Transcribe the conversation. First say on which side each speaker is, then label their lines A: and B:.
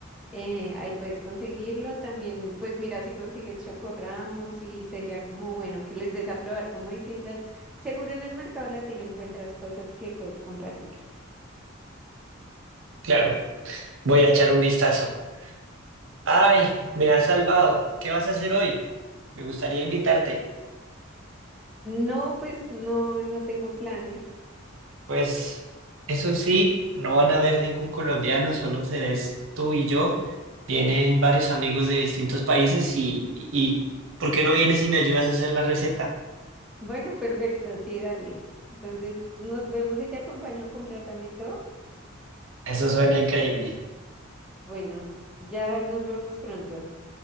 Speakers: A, in the centre; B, on the right.
A: eh, ahí puedes conseguirlo. También, pues mira si consigues chocorramos y sería como bueno que les des a probar como distintas. Seguro en el mercado latino encuentras cosas que puedes compartir.
B: Claro, voy a echar un vistazo. ¡Ay, me has salvado! ¿Qué vas a hacer hoy? Me gustaría invitarte.
A: No, pues no, no tengo planes.
B: Pues eso sí, no van a ver ningún colombiano, solo serás tú y yo. Vienen varios amigos de distintos países y, y ¿por qué no vienes y me ayudas a hacer la receta?
A: Bueno, perfecto, sí, dale. Entonces, nos vemos y te acompaño a comprar también todo.
B: Eso suena increíble.
A: Bueno, ya nos vemos pronto.